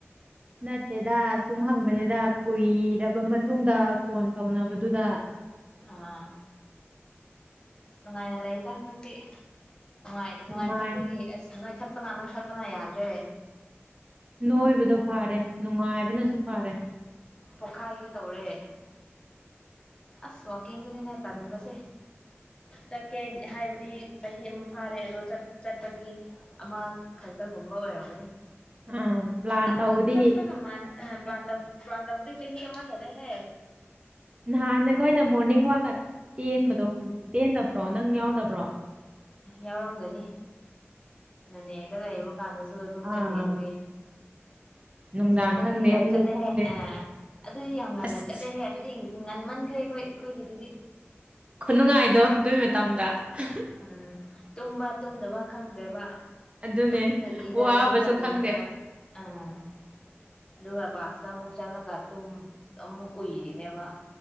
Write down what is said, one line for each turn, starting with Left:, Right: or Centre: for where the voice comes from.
Right: ꯅꯠꯇꯦꯗ ꯁꯨꯝ ꯍꯪꯕꯅꯤꯗ ꯀꯨꯏꯔꯛ ꯃꯇꯨꯡꯗ ꯐꯣꯟ ꯇꯧꯅꯕꯗꯨꯗ
Left: ꯑꯥ ꯅꯨꯡꯉꯥꯏꯅ ꯂꯩꯗ ꯍꯟꯗꯛꯇꯤ ꯅꯨꯡꯉꯥꯏ ꯅꯨꯡꯉꯥꯏꯃꯟꯕꯒꯤ
Right: ꯅꯨꯡꯉꯥꯏ
Left: ꯑꯁ ꯅꯣꯏꯈꯠ ꯄꯅ ꯅꯣꯏꯈꯠꯄꯅ ꯌꯥꯗ꯭ꯔꯦ
Right: ꯅꯣꯏꯕꯗꯣ ꯐꯥꯔꯦ ꯅꯨꯡꯉꯥꯏꯕꯅꯁꯨ ꯐꯥꯔꯦ
Left: ꯄꯣꯛꯈꯥꯏꯒꯦ ꯇꯧꯔꯦ ꯑꯁ ꯋꯥꯛꯀꯤꯡꯗꯨꯅꯤꯅꯦ ꯇꯟꯕꯁꯦ ꯆꯠꯀꯦ ꯍꯥꯏꯕꯗꯤ ꯆꯍꯤ ꯑꯃ ꯐꯥꯔꯦ ꯑꯗꯣ ꯆꯠ ꯆꯠꯄꯗꯤ ꯑꯃꯈꯛꯇꯒꯨꯝꯕ ꯑꯣꯏꯔꯝꯒꯅꯤ
Right: ꯑꯥ ꯄ꯭ꯂꯥꯟ
Left: ꯆꯠꯄ
Right: ꯇꯧꯕꯗꯤ
Left: ꯆꯠꯄꯒ ꯃꯥꯟ ꯑꯥ ꯄ꯭ꯂꯥꯟꯇꯧ ꯄ꯭ꯂꯥꯟꯇꯧꯕꯗꯤ ꯆꯍꯤ ꯑꯃ ꯍꯦꯜꯂ ꯍꯦ
Right: ꯅꯍꯥꯟ ꯑꯩꯈꯣꯏꯅ ꯃꯣꯔꯅꯤꯡ ꯋꯥꯛꯀ ꯆꯦꯟꯕꯗꯣ
Left: ꯎꯝ
Right: ꯆꯦꯟꯗꯕ꯭ꯔꯣ ꯅꯪ ꯌꯥꯎ ꯇꯕ꯭ꯔꯣ
Left: ꯌꯥꯎꯔꯝꯒꯅꯤ ꯅꯣꯅꯦꯗ ꯂꯩꯕꯨ ꯀꯥꯟꯗꯁꯨ ꯑꯗꯨꯝ
Right: ꯑꯥ
Left: ꯆꯠꯂꯤ ꯗꯨꯗꯤ
Right: ꯅꯨꯡꯗꯥꯡ
Left: ꯑꯁ ꯑꯗꯨꯗꯤ
Right: ꯈꯪꯗꯦ
Left: ꯌꯥꯝ
Right: ꯑꯌꯨꯛ
Left: ꯆꯠꯂꯦꯍꯦ
Right: ꯈꯪꯗꯦ
Left: ꯑꯥ ꯑꯗꯨꯗꯤ ꯌꯥꯝ ꯉꯟꯅ
Right: ꯑꯁ
Left: ꯆꯠꯂꯦꯍꯦ ꯑꯗꯨꯗꯤ ꯉꯟꯃꯟꯈ꯭ꯔꯦ ꯑꯦꯈꯣꯏ ꯑꯦꯈꯣꯏꯒꯤꯗꯨꯗꯤ
Right: ꯈꯨꯅꯨꯡꯉꯥꯏꯗꯣ ꯑꯗꯨꯏ ꯃꯇꯝꯗ ꯑꯍꯥ
Left: ꯎꯝ ꯇꯨꯝꯕ ꯇꯨꯝꯗꯕ ꯈꯪꯗ꯭ꯔꯦꯕꯥ
Right: ꯑꯗꯨꯅꯦ
Left: ꯇꯨꯝꯗꯕꯤꯗ
Right: ꯋꯥꯕꯁꯨ
Left: ꯑꯗꯨꯝ ꯆꯠꯂꯤꯅꯦꯕꯥ
Right: ꯈꯪꯗꯦ
Left: ꯑꯥ ꯑꯗꯨꯒ ꯀ꯭ꯂꯥꯁꯇ ꯑꯃꯨꯛ ꯆꯠꯂꯒ ꯇꯨꯝ ꯑꯃꯨꯛ ꯎꯏꯔꯤꯅꯦꯕꯥ